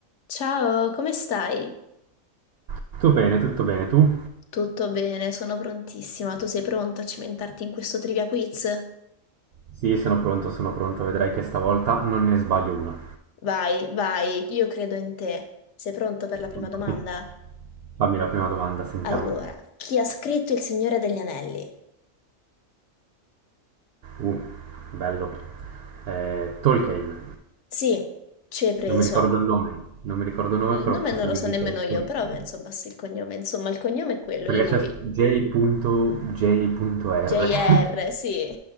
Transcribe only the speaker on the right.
Tutto bene, tutto bene. Tu?
Sì, sono pronto, sono pronto. Vedrai che stavolta non ne sbaglio una.
Vai.
Fammi la prima domanda, sentiamo.
Uh, bello. Eh, Tolkien.
Non mi ricordo il nome. Non mi ricordo il nome,
però
posso
dirti
solo
Tolkien.
Perché
c'è J.J.R. <laughs>